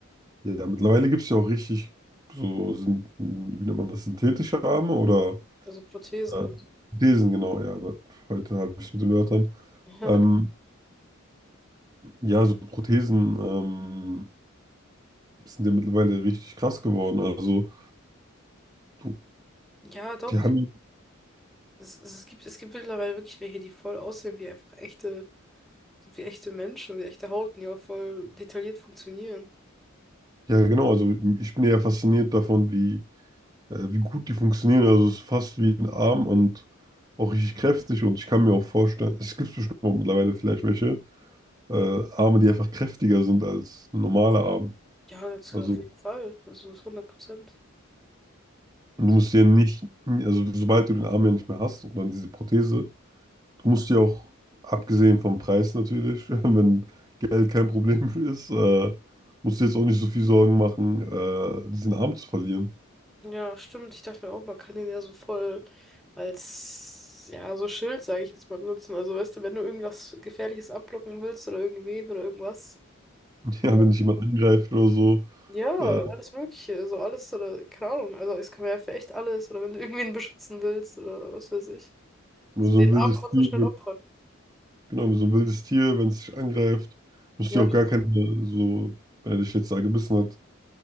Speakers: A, on the right; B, in the centre.
A: ja, mittlerweile gibt es ja auch richtig so, sind, wie nennt man das, synthetische Arme oder
B: Also Prothesen
A: äh,
B: und so.
A: Prothesen, genau, ja. Da, heute habe ich es mit den Wörtern.
B: <laughs>
A: Ähm, ja, so Prothesen ähm, sind ja mittlerweile richtig krass geworden. Also, du-
B: Ja, doch.
A: die haben,
B: Es, es es gibt, es gibt mittlerweile wirklich welche, die voll aussehen wie einfach echte, wie echte Menschen, wie echte Haut, die auch voll detailliert funktionieren.
A: ja genau, also ich bin ja fasziniert davon, wie äh, wie gut die funktionieren. Also es ist fast wie ein Arm und auch richtig kräftig. Und ich kann mir auch vorstellen, es gibt bestimmt auch mittlerweile vielleicht welche äh, Arme, die einfach kräftiger sind als ein normaler Arm.
B: Ja, das
A: Also
B: auf jeden Fall. Also das 100 Prozent.
A: du musst
B: So.
A: ja nicht, also sobald du den Arm ja nicht mehr hast und dann diese Prothese, du musst ja auch, abgesehen vom Preis natürlich, <laughs> wenn Geld kein Problem ist, äh, musst du jetzt auch nicht so viel Sorgen machen, äh, diesen Arm zu verlieren.
B: Ja, stimmt. Ich dachte mir auch, man kann den ja so voll als, ja, so Schild, sage ich jetzt mal, benutzen. Also, weißt du, wenn du irgendwas Gefährliches abblocken willst oder irgendwen oder irgendwas.
A: <laughs>
B: so
A: Ja, wenn dich jemand angreift oder so,
B: Ja,
A: äh,
B: alles Mögliche, so alles oder keine Ahnung. Also, es kann man ja für echt alles oder wenn du irgendwen beschützen willst oder was weiß ich.
A: oder
B: So
A: so
B: den
A: ein wildes
B: Arm kannst
A: Tier,
B: du schnell opfern.
A: Genau, wie so ein wildes Tier, wenn es dich angreift, musst
B: Ja,
A: du dir
B: stimmt.
A: auch gar keine, so, wenn er dich jetzt da gebissen hat,